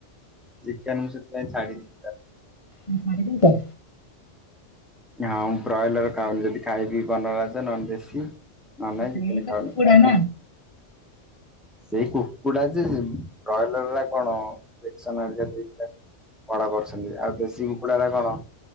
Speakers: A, in the centre; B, on the left.
A: ଚିକେନ୍ ସେଥିପାଇଁ ଛାଡ଼ିନି।
B: ତମେ ଛାଡ଼ିଦେଇଚ?
A: ହଁ ବ୍ରଏଲର ଖାଉନି। ଯଦି ଖାଇବି ବନରାଜ ନ ହନେ ଦେଶୀ। ନହେଲେ ନାଇ
B: ସେଇ
A: ଚିକେନେ
B: ତ
A: ଖାଉନି।
B: କୁକୁଡ଼ା ନା
A: ସେଇ କୁକୁଡ଼ା ଯେ ବ୍ରଏଲର୍ ଗୁରା କଣ ଇଞ୍ଜେକ୍ସନ୍ ହେରିକା ଦେଇଥାନ୍ତି। ବଡ଼ କରୁଛନ୍ତି ଆଉ ଦେଶୀ କୁକୁଡ଼ା ଟା କଣ?